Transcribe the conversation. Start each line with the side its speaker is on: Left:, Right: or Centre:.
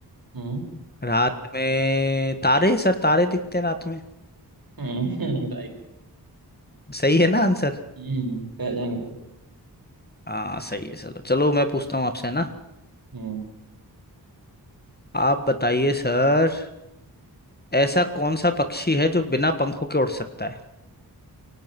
Right: हम्म
Left: रात में तारे सर तारे दिखते हैं रात में
Right: हम्म <laughs> राइट
Left: सही है ना आंसर
Right: हम्म पहचान गए
Left: हाँ सही है चलो चलो मैं पूछता हूँ आपसे है ना
Right: हम्म
Left: आप बताइए सर ऐसा कौन सा पक्षी है जो बिना पंखों के उड़ सकता है